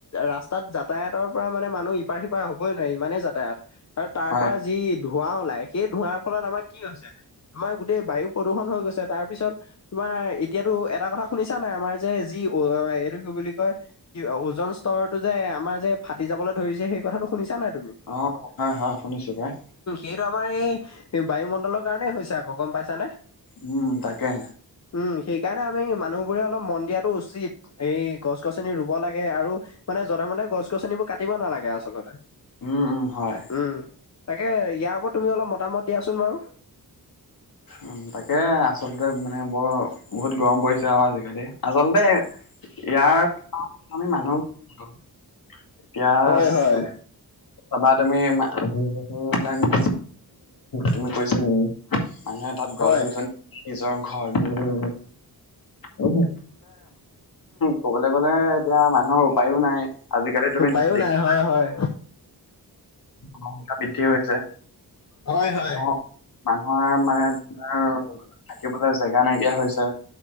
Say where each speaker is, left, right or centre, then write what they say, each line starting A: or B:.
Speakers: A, on the left; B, on the left.
A: ৰাস্তাত যাতায়াতৰ পৰা মানে মানুহ ইপাৰ সিপাৰ হবই নোৱাৰে ইমানেই যাতায়াত আৰু তাৰ
B: হয়।
A: পৰা যি ধোঁৱা ওলাই সেই ধোঁৱাৰ ফলত আমাৰ কি হৈছে আমাৰ গোটেই বায়ু প্ৰদূষণ হৈ গৈছে তাৰ পিছত তোমাৰ আমাৰ এতিয়াতো এটা কথা শুনিছা নাই আমাৰ যে যি অ এইটো কি বুলি কয় কি ওজন স্তৰটো যে আমাৰ যে ফাটি যাবলৈ ধৰিছে সেই কথাটো শুনিছা নাই তুমি?
B: অ হয় হয় শুনিছো ভাই
A: এইটো আমাৰ এই বায়ুমণ্ডলৰ কাৰণেই হৈছে আকৌ গম পাইছাানে
B: উম তাকে
A: উম সেইকাৰণে আমি মানুহবোৰে অলপ মন দিয়াটো উচিত এই গছ গছনি ৰুব লাগে আৰু মানে যনে মনে গছ গছনিবোৰ কাটিব নালাগে আচলতে
B: উম উম হয়
A: উম। তাকে ইয়াৰ ওপৰত তুমি অলপ মতামত দিয়াচোন বাৰু
B: উ তাকে আচলতে মানে বৰ বহুত গৰম পৰিছে আৰু আজিকালি আচলতে ইয়াৰ আমি মানুহ এতিয়া
A: হয়, হয়,
B: তুম পাবা তুমিাক তুমি কৈছ বুলি মানুহে তাত গছ
A: হয়।
B: গছনি নিজৰ ঘৰটো বলে উ ক'বলৈ গলে এতিয়া মানুহৰ উপায়ও নাই আজিকালি তুমি
A: উপায়ো
B: দেখি
A: নাই হয় হয়
B: মা বৃদ্ধি হৈছে
A: হয় হয়
B: মানুহৰ মানুহৰ মানে তোমাৰ থাকিবলৈ জেগা নাইকিয়া হৈছে